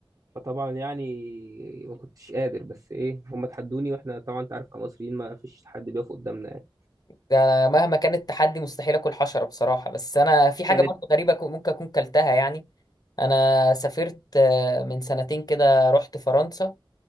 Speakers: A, on the right; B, on the left.
A: فطبعا يعني ما كنتش قادر بس ايه هم تحدوني واحنا طبعا انت عارف كمصريين ما فيش حد بيقف قدامنا يعني
B: ده أنا مهما كان التحدي مستحيل اكل حشره بصراحه بس انا في حاجه
A: كانت
B: برضه غريبه كو- ممكن اكون كلتها يعني انا سافرت آه، من سنتين كده رحت فرنسا